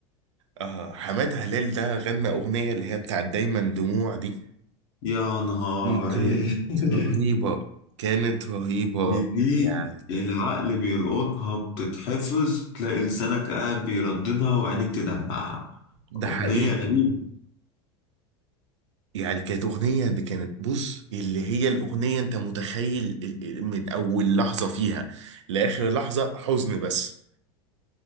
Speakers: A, on the right; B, on the left.
A: آه حمادة هلال ده غنى أغنية اللي هي بتاعت دايما دموع دي
B: يا نهار
A: دي كانت
B: <laughs>
A: رهيبة كانت رهيبة
B: دي
A: يعني
B: دي العقل بيلقطها بتتحفظ تلاقي لسانك قاعد بيرددها وعينيك تدمع
A: ده
B: أغنية
A: حقيقي
B: غريبة
A: يعني كانت أغنية دي كانت بص اللي هي الأغنية أنت متخيل ال- ال- من أول لحظة فيها لآخر لحظة حزن بس